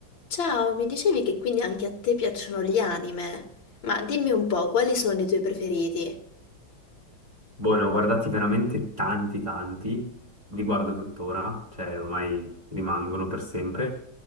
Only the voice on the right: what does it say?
Boh, ne ho guardati veramente tanti, tanti, li guardo tuttora, cioè ormai rimangono per sempre,